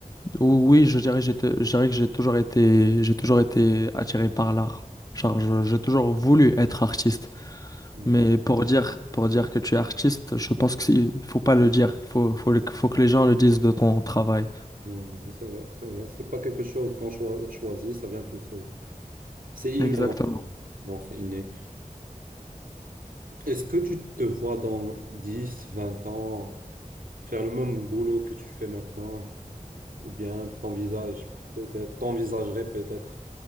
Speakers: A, on the left; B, on the right.
A: oui, je dirais, j'étais, je dirais que j'ai toujours été, j'ai toujours été attiré par l'art. Genre, je- j'ai toujours voulu être artiste.
B: Mhm.
A: Mais pour dire, pour dire que tu es artiste, je pense qu'il faut pas le dire. Il faut, faut, le- faut que les gens le disent de ton travail.
B: Oui, oui, c'est vrai, c'est vrai. C'est pas quelque chose qu'on choi- choisit, ça vient tout seul. C'est inné
A: Exactement.
B: encore. Genre, c'est inné. Est-ce que tu te vois dans 10, 20 ans faire le même boulot que tu fais maintenant? Ou bien t'envisages peut-être, t'envisagerais peut-être